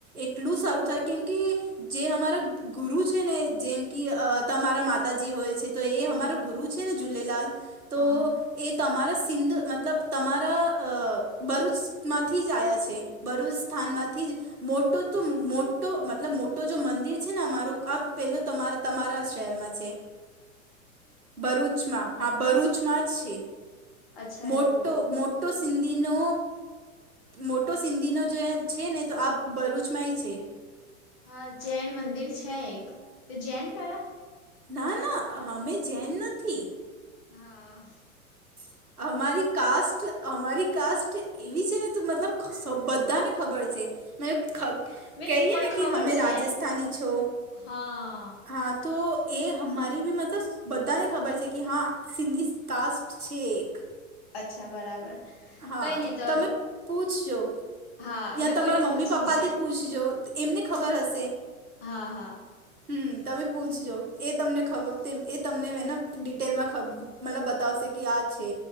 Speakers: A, on the right (about 85°); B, on the left (about 45°).
A: એટલું
B: હા
A: સારું થાય કેમ કે જે અમારા ગુરુ છે ને જેમ કે તમારા માતાજી હોય છે તો એ
B: હા
A: અમારો ગુરુ છે ને જુલેલાલ તો
B: હા
A: એ તમારા સિંધ મતલબ તમારા અ ભરૂચમાંથી જ આવ્યા છે ભરૂચ સ્થાનમાંથી જ મોટો તો મોટો મતલબ મોટો જો મંદિર છે ને અમારું આ પેલું તમારા તમારા શહેરમાં છે ભરૂચમાં હા ભરૂચમાં જ છે
B: અચ્છા
A: મોટો
B: એવું
A: મો મોટો સિંધીનો મોટો સિંધીનો જો છે ને તો આ ભરૂચમાંય છે
B: હા જૈન મંદિર છે એક તે જૈન વાળ
A: ના ના અમે જેન નથી
B: હા
A: <inaudible> અમારી કાસ્ટ અમારી કાસ્ટ એવી છે ને ત મતલબ બધાને ખબર છે મતબ ખા
B: મીન્સ
A: કહીએ
B: મને
A: ને કે
B: ખબર
A: અમે
B: છે
A: રાજસ્થાની છો
B: હા
A: હા તો એ અમારી બી મતલબ બધાને ખબર છે કે હા સિંધી કાસ્ટ છે એક
B: અચ્છા બરાબર
A: હા
B: કંઈ નહીં તો
A: તમે પૂછજો
B: હા
A: યાં
B: મેં
A: તમારા
B: કોઈને પૂછીશ
A: મમ્મી પપ્પાથી પૂછજો એમને ખબર હશે
B: હા હા
A: હમ્મ તમે પૂછજો એ તમને ખબર એ તમને હને ડિટેલમાં ખબ મતલબ બતાવશે કે આ છે